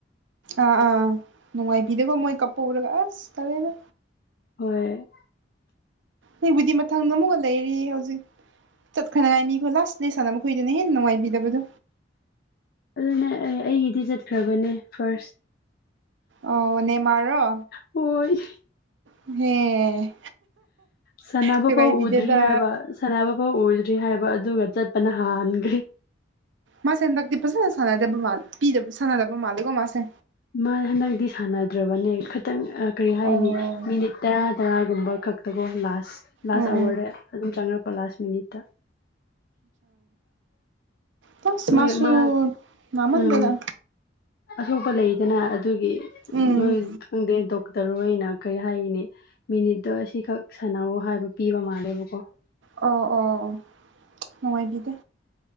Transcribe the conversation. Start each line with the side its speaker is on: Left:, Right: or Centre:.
Right: ꯑꯥ ꯑꯥ ꯅꯨꯡꯉꯥꯏꯕꯤꯗꯒꯣ ꯃꯣꯏ ꯀꯞꯄꯧꯕꯗꯣ ꯑꯁ ꯇꯜꯂꯦꯗ
Left: ꯍꯣꯏ
Right: ꯑꯩꯕꯨꯗꯤ ꯃꯊꯪꯗ ꯑꯃꯨꯛꯀ ꯂꯩꯔꯤ ꯍꯧꯖꯤꯛ ꯆꯠꯈꯅꯉꯥꯏ ꯃꯤꯀꯣ ꯂꯥꯁ ꯄ꯭ꯂꯦ ꯁꯥꯟꯅꯕ ꯃꯈꯣꯏꯗꯨꯅ ꯍꯦꯟꯅ ꯅꯨꯡꯉꯥꯏꯕꯤꯗꯕꯗꯣ
Left: ꯑꯗꯨꯅꯦ ꯑꯩ ꯑꯩꯒꯤꯗꯤ ꯆꯠꯈ꯭ꯔꯕꯅꯦ ꯐꯥꯔꯁ
Right: ꯑꯣ ꯅꯦꯃꯥꯔ ꯔꯣ
Left: ꯍꯣꯏ
Right: ꯍꯦ
Left: ꯁꯥꯟꯅꯕ
Right: ꯅꯨꯡꯉꯥꯏꯕꯤꯗꯦꯗ
Left: ꯐꯥꯎ ꯎꯗ꯭ꯔꯤ ꯍꯥꯏꯕ ꯁꯥꯟꯅꯕ ꯐꯥꯎ ꯎꯗ꯭ꯔꯤ ꯍꯥꯏꯕ ꯑꯗꯨꯒ ꯆꯠꯄꯅ ꯍꯥꯟꯒ꯭ꯔꯦ
Right: ꯃꯥꯁꯦ ꯍꯟꯗꯛꯇꯤ ꯐꯖꯅ ꯁꯥꯟꯅꯗꯕ ꯃꯥꯂꯦ ꯄꯤ ꯁꯥꯟꯅꯗꯕ ꯃꯥꯜꯂꯦꯀꯣ ꯃꯥꯁꯦ
Left: ꯃꯥ ꯍꯟꯗꯛꯇꯤ ꯁꯥꯟꯅꯗ꯭ꯔꯕꯅꯦ ꯈꯤꯇꯪ ꯀꯔꯤ ꯍꯥꯏꯅꯤ
Right: ꯑꯣ
Left: ꯃꯤꯅꯤꯠ ꯇꯔꯥ ꯇꯔꯥꯒꯨꯝꯕ ꯈꯛ ꯇꯒꯣ ꯂꯥꯁ ꯂꯥꯁ
Right: ꯎꯝ
Left: ꯑꯋꯥꯔꯗ ꯑꯗꯨꯝ ꯆꯪꯉꯔꯛꯄ ꯂꯥꯁ ꯃꯤꯅꯤꯠꯇ
Right: ꯇꯁ
Left: ꯃꯣꯏ
Right: ꯃꯥꯁꯨ
Left: ꯃꯥ
Right: ꯅꯥꯃꯟꯗꯥꯅ
Left: ꯎꯝ ꯑꯁꯣꯛꯄ ꯂꯩꯗꯅ ꯑꯗꯨꯒꯤ
Right: ꯎꯝ
Left: ꯃꯣꯏ ꯈꯪꯗꯦ ꯗꯣꯛ ꯇꯔꯣꯅ ꯀꯔꯤ ꯍꯥꯏꯅꯤ ꯃꯤꯅꯤꯠꯇꯣ ꯑꯁꯤꯈꯛ ꯁꯥꯟꯅꯑꯣ ꯍꯥꯏꯕ ꯄꯤꯕ ꯃꯥꯜꯂꯦꯕꯀꯣ
Right: ꯑꯣ ꯑꯣ ꯑꯣ ꯅꯨꯡꯉꯥꯏꯕꯤꯗꯦ